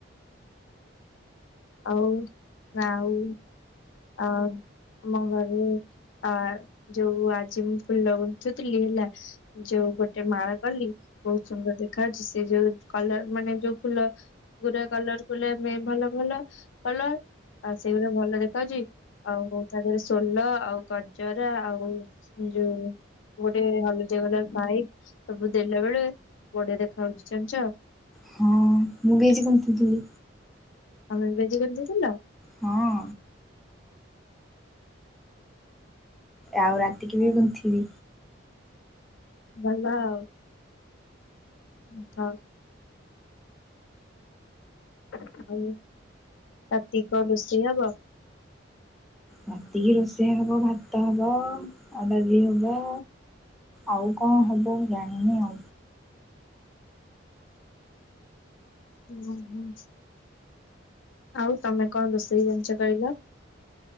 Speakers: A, on the left; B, in the centre.
A: ଆଉ ଆଉ ଆ ଆମ ଘରେ ଆ ଯୋଉ ଆଜି ମୁଁ ଫୁଲ ଗୁନ୍ତୁଥିଲି ହେଲା ଯୋଉ ଗୋଟେ ମାଳ କଲି ବହୁତ ସୁନ୍ଦର ଦେଖାଯାଉଚି ସେ ଯୋଉ କଲର ମାନେ ଯୋଉ ଫୁଲ ଗୁରା କଲର କଲେ ଆମେ ଭଲ ଭଲ କଲର ଆଉ ସେଇଗୁଡା ଭଲ ଦେ ଖାଉଚି ଆଉ ତା ଧୀଅରେ ସୋଲ ଆଉ ଗଜରା ଆଉ ଯଉ ଗୋଟେ ହଲଦିଆ ଭାଇପସ୍ ତାକୁ ଦେଲା ବେଳେ ବଢିଆ ଦେଖା ହାଉଛି ଜଣିଚ।
B: ହଁ ମୁଁ ବି ଆଜି ଗୁନ୍ତୁଥୁଲି।
A: ତମେ ବି ଆଜି ଗୁନ୍ଥିଥିଲ?
B: ହଁ ଆଉ ରାତିକି
A: ହଁ
B: ବି ଗୁନ୍ଥିବି।
A: ଭଲ ଆଉ। ଆଛା। ଆଉ ରାତିକି କଣ ରୋଷେଇ ହବ?
B: ରାତିକି ରୋଷେଇ ହବ ଭାତ ହବ ଡାଲି ହବ। ଆଉ କଣ
A: ହୁଁ
B: ହବ ମୁଁ ଜାଣିନି ଆଉ।
A: ଓ ହୋ। ଆଉ ତମେ କଣ ରୋଷେଇ ଜାଣିଚ କଇଲ?